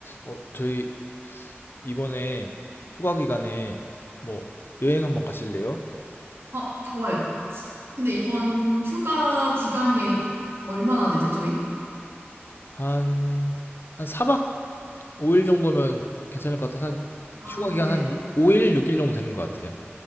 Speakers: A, on the left (about 55°); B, on the right (about 65°).
A: 어, 저희 이번에 휴가 기간에 뭐 여행 한번 가실래요?
B: 아, 좋아요. 근데 이번 휴가 기간이 얼마나 되죠, 저희?
A: 한, 한 사박 5일 정도면 괜찮을 것 같아서 한
B: 아,
A: 휴가 기간
B: 네.
A: 한 5일, 6일 정도 되는 것 같아요.